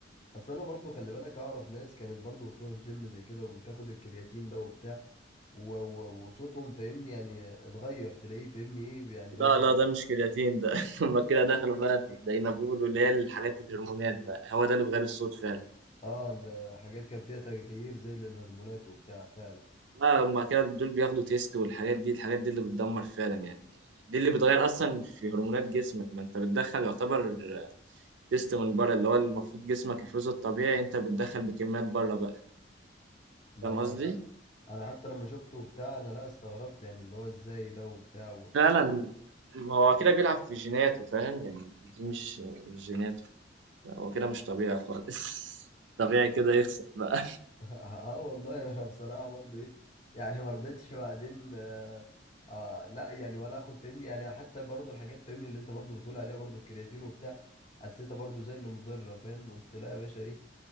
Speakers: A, on the left (about 30°); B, on the right (about 75°).
A: اصل انا برضو خلي بالك اعرف ناس كانت برضو بتروح الجيم زي كده وتاخد الكرياتين ده وبتاع و- و- وصوتهم فاهمني يعني اتغير تلاقيه فاهمني ايه يعني
B: لا
A: بدأ ي-
B: لا ده مش كرياتين ده <laughs> هما كده دخلوا بقى في الدينابول واللي هي الحاجات الهرمونات بقى هو ده اللي بغير الصوت فعلا
A: اه الحاجات كان فيها تغيير زي للهرمونات وبتاع فعلا
B: لا هما كده دول بياخدوا تيست والحاجات دي الحاجات دي اللي بتدمر فعلا يعني دي اللي بتغير اصلا في هرمونات جسمك ما انت بتدخل يعتبر تيست من بره اللي هو المفروض جسمك يفرزه الطبيعي انت بتدخل بكميات بره بقى
A: ما
B: فاهم
A: انا
B: قصدي؟
A: انا أنا حتى لما شفته وبتاع انا لا استغربت يعني اللي هو ازاي ده وبتاع
B: فعلا هو كده بيلعب في جيناته فاهم يعني دي مش مش جيناته لا، هو كده مش طبيعي خالص <laughs> طبيعي كده يخسر بقى
A: اه والله <laughs> ما انا بصراحه برضه ايه يعني ما رضيتش بعدين آه آه لا يعني ولا اخد فهمني يعني حتى برضه الحاجات فهمني اللي انت برضه بتقول عليها برضه الكرياتين وبتاع حسيتها برضه زي اللي مضره فاهم قلت لا يا باشا ايه